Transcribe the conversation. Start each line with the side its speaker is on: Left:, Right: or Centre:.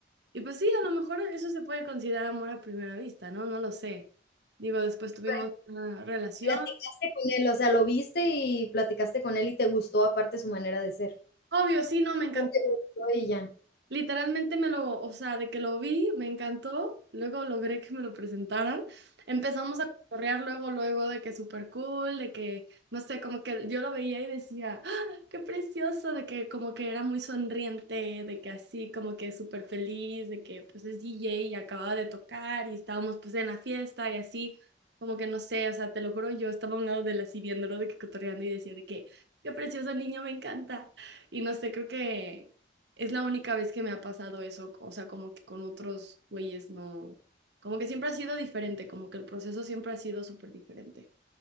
Right: y pues sí, a lo mejor eso se puede considerar amor a primera vista, ¿no? No lo sé. Digo, después tuvimos
Left: Pero
Right: una relación.
Left: platicaste con él, o sea, lo viste y platicaste con él y te gustó aparte su manera de ser.
Right: Obvio, sí, no, me encantó
Left: no te gustó y ya.
Right: Literalmente me lo, o sea, de que lo vi, me encantó, luego logré que me lo presentaran. Empezamos a cotorrear luego, luego de que súper cool, de que, no sé, como que yo lo veía y decía, ¡Ah, qué precioso, de que como que era muy sonriente, de que así, como que súper feliz, de que pues es DJ y acababa de tocar y estábamos pues en la fiesta y así, como que no sé, o sea, te lo juro, yo estaba a un lado de él así viéndolo, de que cotorreando y decía de que, qué precioso niño, me encanta. Y no sé, creo que... Es la única vez que me ha pasado eso, o sea, como que con otros güeyes no, como que siempre ha sido diferente, como que el proceso siempre ha sido súper diferente.